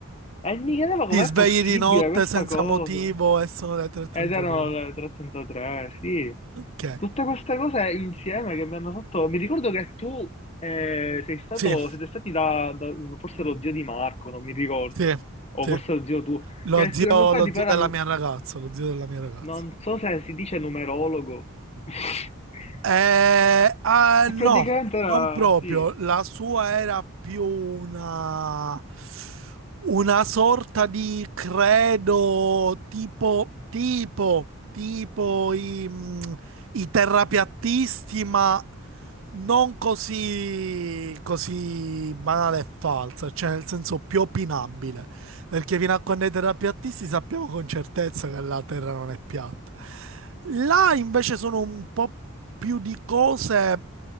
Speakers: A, on the left; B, on the right.
A: E mi chiedevo com'è
B: Ti svegli
A: possibile
B: di notte
A: questa
B: senza
A: cosa.
B: motivo e sono le 3.33.
A: Ed erano le 3.33, sì.
B: Ok,
A: Tutte queste cose insieme che mi hanno fatto... Mi ricordo che tu eh, sei stato,
B: sì,
A: siete stati da, da un- forse lo zio di Marco, non mi ricordo,
B: sì,
A: o
B: sì.
A: forse lo zio tu,
B: Lo
A: che questi-
B: zio,
A: questo qua
B: lo
A: tipo
B: zio
A: era,
B: della
A: nu-
B: mia ragazza, lo zio della mia ragazza.
A: non so se si dice numerologo, <laughs>
B: Eh, ah,
A: E
B: no,
A: praticamente era,
B: non proprio.
A: sì.
B: La sua era più una, una sorta di credo tipo, tipo, tipo i, mm, i terrapiattisti, ma non così, così banale e falsa, cioè nel senso più opinabile. Perché fino a quando i terrapiattisti sappiamo con certezza che la Terra non è piatta. Là invece sono un po' più di cose